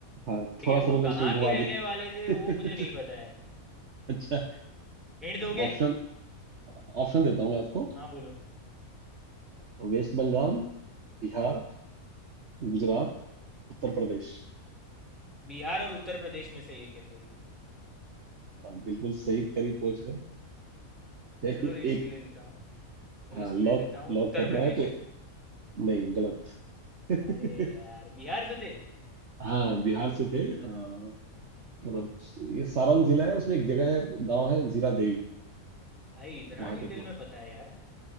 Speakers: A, on the right; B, in the centre.
A: हाँ
B: लेकिन
A: थोड़ा सा
B: वो
A: मैंने
B: कहाँ
A: उसको घुमा
B: के रहने वाले
A: दिया
B: थे वो मुझे नहीं
A: <laughs>
B: पता है
A: अच्छा
B: हिंट दोगे
A: ऑप्शन ऑप्शन देता हूँ मैं आपको
B: हाँ बोलो
A: तो वेस्ट बंगाल बिहार गुजरात उत्तर प्रदेश
B: बिहार और उत्तर प्रदेश में से एक है कोई
A: आप बिल्कुल सही करीब पहुंच रहे हैं।
B: चलो रिस्क
A: <laughs> एक
B: ले लेता हूँ
A: हाँ
B: रिस्क
A: लॉक
B: ले लेता हूँ
A: लॉक
B: उत्तर
A: करना
B: प्रदेश
A: है तो नहीं गलत <laughs>
B: अरे यार बिहार से थे
A: हाँ बिहार से थे अ, मतलब ये सारण जिला है उसमें एक जगह है गांव है जीरा देवी
B: भाई इतना
A: वहां
B: डिटेल
A: के थे
B: में पता है यार